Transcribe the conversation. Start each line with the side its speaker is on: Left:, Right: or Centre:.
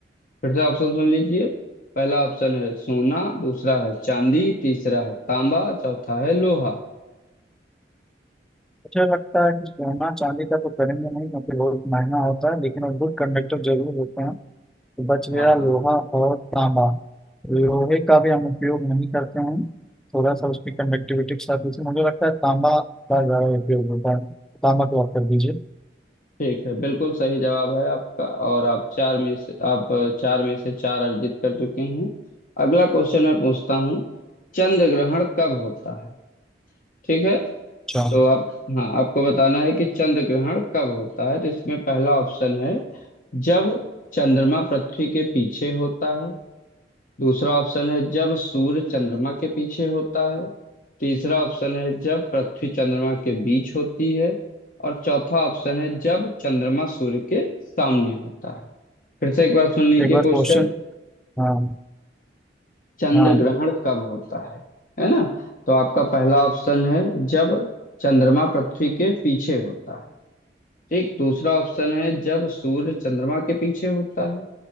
Left: फिर से ऑप्शन सुन लीजिए पहला ऑप्शन है सोना दूसरा है चांदी तीसरा है तांबा चौथा है लोहा
Centre: मुझे लगता है कि सोना चांदी का तो करेंगे नहीं क्योंकि बहुत महंगा होता है लेकिन गुड कंडक्टर जरूर होते हैं तो बच गया
Left: हाँ हाँ
Centre: लोहा
Left: हाँ।
Centre: और तांबा लोहे का भी हम उपयोग नहीं करते हैं थोड़ा सा उसकी कंडक्टिविटी के साथ इसलिए मुझे लगता है तांबा का ज्यादा उपयोग होता है तांबा को आप कर दीजिए
Left: ठीक है बिल्कुल सही जवाब है आपका और आप चार में से आप चार में से चार अर्जित कर चुके हैं अगला क्वेश्चन मैं पूछता हूँ चंद्र ग्रहण कब होता है ठीक है
Centre: अच्छा
Left: तो आप हाँ आपको बताना है कि चंद्र ग्रहण कब होता है तो इसमें पहला ऑप्शन है जब चंद्रमा पृथ्वी के पीछे होता है दूसरा ऑप्शन है जब सूर्य चंद्रमा के पीछे होता है तीसरा ऑप्शन है जब पृथ्वी चंद्रमा के बीच होती है और चौथा ऑप्शन है जब चंद्रमा सूर्य के सामने होता है फिर से एक बार सुन लीजिए
Centre: एक बार
Left: क्वेश्चन
Centre: क्वेश्चन हाँ
Left: चंद्र
Centre: हाँ
Left: ग्रहण कब होता है है ना तो आपका पहला ऑप्शन है जब चंद्रमा पृथ्वी के पीछे होता है ठीक दूसरा ऑप्शन है जब सूर्य चंद्रमा के पीछे होता है